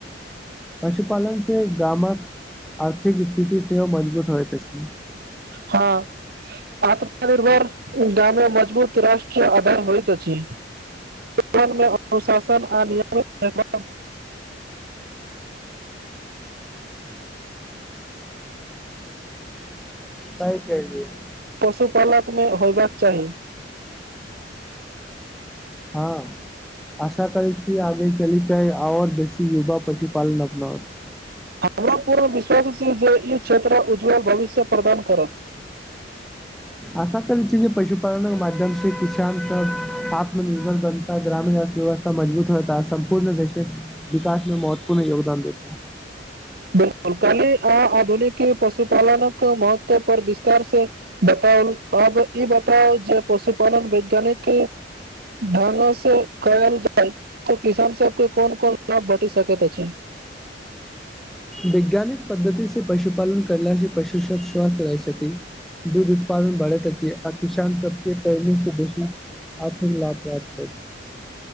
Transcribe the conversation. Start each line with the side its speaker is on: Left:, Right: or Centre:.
Centre: पशुपालन से गामकऽ आर्थिक स्थिति सेहो मजबूत होयत छै।
Right: ह आत्मनिर्भर ग्राम मे मजबूत राष्ट्र आधार होत छै। सँ अनुशासन आ नियमित
Centre: सही कहलियै
Right: पशुपालकमे होयबाक चाही।
Centre: ह आशा करै छी। आगे चल करे आओर बेसी युगा पशुपालन अपनात
Right: हमरा पूर्ण विश्वास छैय जे ई क्षेत्र उज्ज्वल भविष्य प्रदान करत
Centre: आशा करै छै। जे पशुपालनक मध्यम से किसान स आत्मनिर्भर बन ग्रामीण अर्थव्यवस्था मजबूत रहता सम्पूर्ण देश कऽ विकास मे महत्वपूर्ण योगदान देता
Right: बिल्कूल काली आ आधुनिकी पशुपालनक महत्व पर विस्तार से बताउ अब ई बताउ जे पशुपालन वैज्ञानिक धान से कल जाइ त किसान सभके कोन कोन लाभ घट सक छै।
Centre: वैज्ञानिक पद्धति से पशुपालन करल से पशु सभ स्वस्थ रहै छथि। दूध उत्पादन भढ़ैत छै। आ किसान चके पसु आथिन लाते